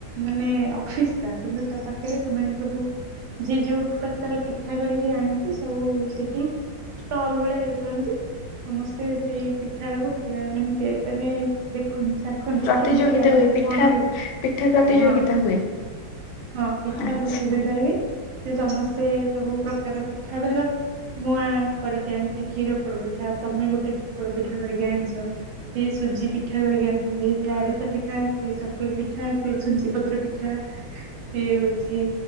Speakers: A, on the right; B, on the left.
A: ମାନେ ଅଫିସଟା, କିନ୍ତୁ ତା ପାଖରେ ସେମାନେ ସବୁ ଯିଏ ଯୋଉ ପ୍ରକାର ପିଠା କରିକି ଆଣିକି, ସବୁ-ଉ ସେଠି ଷ୍ଟଲ୍ ଭଳିଆ ଇଏ କରନ୍ତି। ସମସ୍ତେ ସେଇ ପିଠାଟାକୁ ଟେ ମାନେ କେ ମାନେ ଦେଖନ୍ ଖନ୍ତି,
B: ପ୍ରତିଯୋଗିତା
A: କେମିତିଆ ଲାଗୁଛି?
B: ହୁଏ ପିଠା
A: କଣ କେ!
B: ପିଠା ପ୍ରତିଯୋଗିତା
A: ହଁ।
B: ହୁଏ
A: ହଁ, ପିଠା
B: ଆଚ୍ଛା।
A: ପ୍ରତିଯୋଗିତା ହୁଏ, ସେ ସମସ୍ତେ ସବୁ ପ୍ରକାର ପିଠା ଧର ମୁଁ, କରିକି ଆଣିଛି କ୍ଷୀର ପୋଡପିଠା। ତମେ ଗୋଟେ ପୋଡପିଠା କରିକି ଆଣିଚ। ସିଏ ସୁଜି ପିଠା କରିକି ଆଣ୍ ଯେ ଆରିସା ପିଠା, ସେ ଚକୁଳି ପିଠା, ସେ ଛୁଞ୍ଚି ପତ୍ର ପିଠା, ସିଏ ହଉଛି,